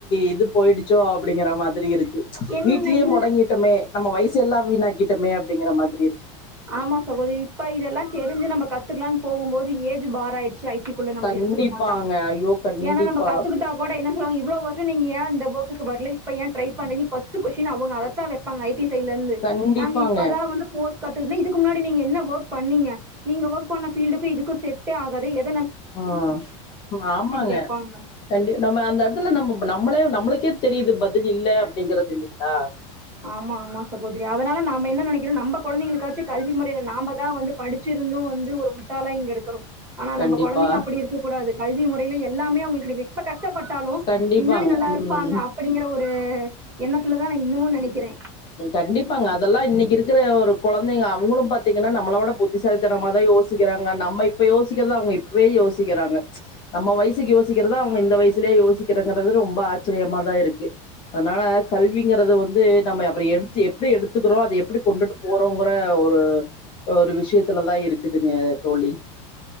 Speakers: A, on the left; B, on the right.
A: இது போயிடுச்சோ அப்படிங்கிற மாதிரி இருக்கு
B: என்ன
A: வீட்லயே
B: இல்ல
A: முடங்கிட்டோமே நம்ம வயசு எல்லா வீணாக்கிட்டமே அப்டிங்கிற மாதிரி இருக்கு
B: ஆமா சகோதரி இப்ப இதெல்லா தெரிஞ்சு நம்ம கத்துக்கலாம்னு போகும்போது ஏஜ் பார் ஆய்டுச்சு ஐ டிக்குள்ள நம்ல
A: கண்டிப்பாங்க
B: எடுத்துக்க மாட்டாங்க
A: ஐயோ கண்டிப்பா
B: ஏன்னா நம்ம கத்துகிட்டா கூட என்ன இவ்லோ வர்ஷோ நீங்க ஏ இந்த ஒர்க்குகு வரல இப்போ ஏ ட்ரை பண்றீஸ்ங்க ஃபர்ஸ்ட் ஃகொசின் அவுங்க அதத்தா வப்பாங்க ஐடி ல இருந்து
A: கண்டிப்பாங்க
B: நாங்க இப்பதா வந்து கோர்ஸ் கத்து இதுக்கு முன்னாடி நீங்க என்ன ஒர்க் பண்ணீங்க நீங்க ஒர்க் பண்ண ஃபீல்ட்க்கு இதுக்கு செட்டே ஆகாது எத்
A: ம் ஆமாங்க
B: கேட்பாங்க
A: கண்டி நம்ம அந்த எடத்துல நம்ம நம்ளே நம்ளுக்கே தெரியுது பதில் இல்ல அப்டிங்றது இல்லிங்ளா
B: ஆமா ஆமா சகோதரி அதனால நாம என்ன நெனைக்றோ நம்ம கொழந்தைங்ளுக்காச்சு கல்வி மொறைல நாமதா வந்து படிச்சு இருந்து வந்து ஒரு முட்டாலா இங்க இருக்றோ ஆனா
A: கண்டிப்பா
B: நம்ம கொழந்தைங்க அப்டி இருக்க கூடாது கல்வி மொறைல எல்லாமே அவுங்ளுக்கு இப் கஷ்டப்பட்டாலு
A: கண்டிப்பாங்க
B: பின்னாடி நல்லா
A: ம்
B: இருப்பாங்க அப்டிங்ற ஒரு எண்ணத்துல தா நா இன்னமு நெனைக்றே
A: கண்டிப்பாங்க அதெல்லா இன்னைக்கு இருக்ற ஒரு கொழந்தைங்க அவுங்ளு பாத்தீங்கன்னா நம்மளோ விட புத்திசாலித்தனமா தா யோசிக்றாங்க நம்ம இப்ப யோசிக்றத அவுங்க இப்பவே யோசிக்றாங்க நம்ம வயசுக்கு யோசிக்றத அவுங்க இநத வயசு லே யோசிக்றங்கது ரொம்ப ஆச்சரியமா தா இருக்கு அதனால கல்விங்றது வந்து நம்ம அப்ரோ எடுத்து எப்டி எடுத்துக்றோ அத எப்டி கொண்டுட்டு போறோங்ற ஒரு ஒரு விஷயத்துலதா இருக்குதுங்க தோழி